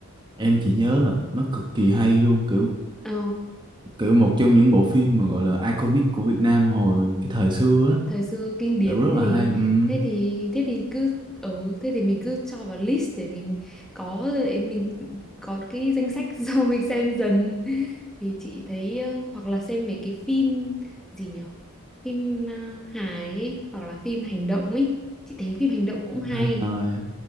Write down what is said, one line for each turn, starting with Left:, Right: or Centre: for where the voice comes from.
Right: em chỉ nhớ là nó cực kỳ hay luôn kiểu
Centre: Ờ.
Right: kiểu một trong những bộ phim mà gọi là iconic của Việt Nam hồi cái thời xưa á
Centre: thời xưa kinh điển
Right: kiểu rất
Centre: cái
Right: là
Centre: gì
Right: hay Ừm,
Centre: thế thì thế thì cứ ừ thế thì mình cứ cho vào list để mình có để mình có cái danh sách <laughs> sau mình xem dần thì chị thấy ờ, hoặc là xem mấy cái phim gì nhở phim ờ, hài ấy, hoặc là phim hành động ấy chị thấy phim hành động cũng hay
Right: hài.